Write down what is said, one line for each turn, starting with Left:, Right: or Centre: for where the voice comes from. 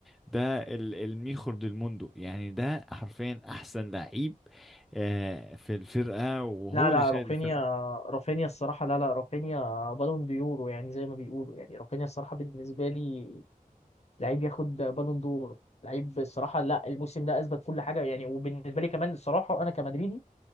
Centre: ده ال- الميخور ديل موندو يعني ده حرفيا أحسن لعيب آه في الفرقة وهو
Left: لا لا
Centre: اللي شايل
Left: رافينيا
Centre: الفرقة
Left: رافينيا الصراحة لا لا رافينيا بالون ديورو يعني زي ما بيقولوا يعني رافينيا الصراحة بالنسبة لي لعيب ياخد بالون دور لعيب الصراحة لا الموسم ده أثبت كل حاجة يعني وبالنسبة لي كمان الصراحة أنا كمدريدي